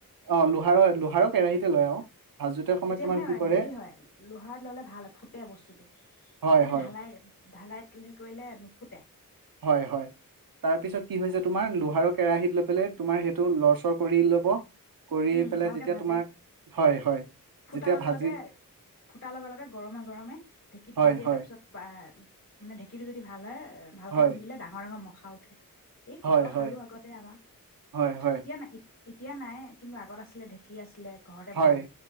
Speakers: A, on the right; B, on the left.
A: অহ', লোহাৰ- লোহাৰৰ কেৰাহিতে লয় আৰু। ভাজোতে সময়ত
B: তেতিয়া
A: তোমাৰ
B: মানে
A: কি কৰে
B: হেৰি হয় লোহাৰত ললে ভাল ফুটে বস্তুটো।
A: হয়
B: এনেই
A: হয়
B: ঢালাই-ঢালাই হে কৰিলে নুফুটে।
A: হয়-হয় তাৰপিছত কি হৈছে তোমাৰ লোহাৰৰ কেৰাহিত লৈ পেলাই তোমাৰ সেইটো লৰচৰ কৰি ল'ব। কৰি
B: উম',
A: পেলাই
B: ভালকে
A: যেতিয়া
B: ভাজে
A: তোমাৰ হয় হয়
B: ফুটাৰ
A: যেতিয়া
B: লগে-লগে
A: ভাজি
B: ফুটাৰ লগে-লগে গৰমে-গৰমে ঢেকিত
A: হয়
B: দি দিয়ে
A: হয়
B: তাৰ পিছত বা মানে ঢেঁকীটো যদি ভাল হয়। ভালকে
A: হয়
B: খুন্দিলে ডাঙৰ-ডাঙৰ ম খা উঠে এই
A: হয়
B: কত
A: হয়
B: খালো আগতে আমাৰ
A: হয় হয়
B: এতিয়া নাই এতিয়া নাই। কিন্তু আগত আছিলে ঢেঁকী আছিলে। ঘৰতে
A: হয়
B: বনাই